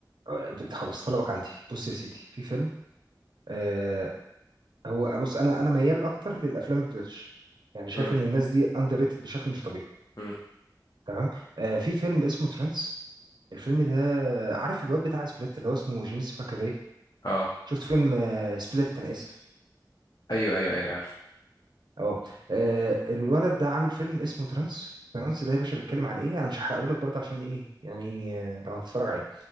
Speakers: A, on the right; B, on the left.
A: آه، بت- خلاص طلبك عندي بص يا سيدي في فيلم آه هو بص انا انا ميال اكتر للافلام البريتش يعني شايف
B: امم
A: ان الناس دي اندر ريتد بشكل مش طبيعي
B: امم
A: تمام آه في فيلم اسمه ترانس الفيلم ده عارف الواد بتاع سبليت اللي هو اسمه جيمس ماكافي
B: اه
A: شفت فيلم آه سبليت انا اسف
B: ايوه ايوه ايوه عارف
A: اه آه، الولد ده عامل فيلم اسمه ترانس ترانس ده يا باشا بيتكلم عن ايه انا مش هحرقه لك برضه عشان ايه يعني آه، لو هتتفرج عليه